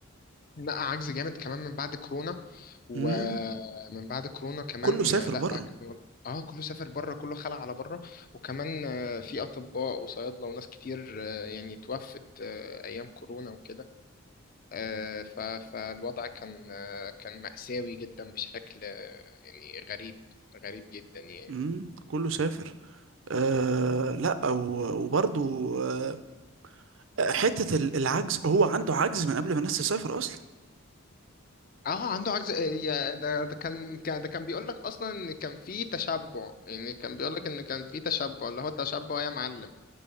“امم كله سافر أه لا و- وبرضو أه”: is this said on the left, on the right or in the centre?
Right